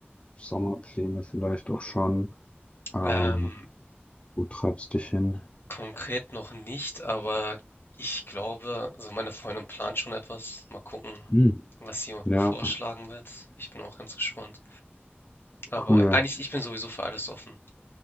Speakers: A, on the left (about 30°); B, on the left (about 60°).
A: Sommerpläne vielleicht auch schon. Ähm,
B: Ähm,
A: wo treibst dich hin?
B: Konkret noch nicht, aber ich glaube, also meine Freundin plant schon etwas. Mal gucken,
A: Hm.
B: was sie
A: Ja,
B: vorschlagen wird. Ich bin auch ganz gespannt. Aber
A: cool.
B: eigentlich, ich bin sowieso für alles offen.